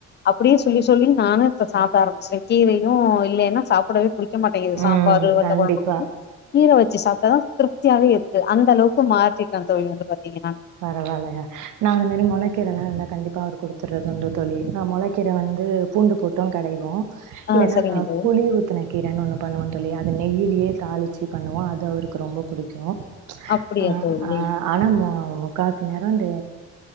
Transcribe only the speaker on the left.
அப்டியே சொல்லி சொல்லி நானு இப்ப சாப்பிட ஆரம்ச்சிட்டே கீரையு இல்லலைன்னா சாப்பிடவே புடிக் வக்க மாட்டேங்கது சாம்பார்
வத்த
குழம்புக்கு வந்து கீர வச் வச்சி சாப்ட்டா தா திருப்தியாவே இருக் கு அந்த அளவுக்கு மாத்திக்கிட்டா தோழி வந்து பாத்தீங்
ஆ
சரிங்க தோழி
அப்டியா
தோழி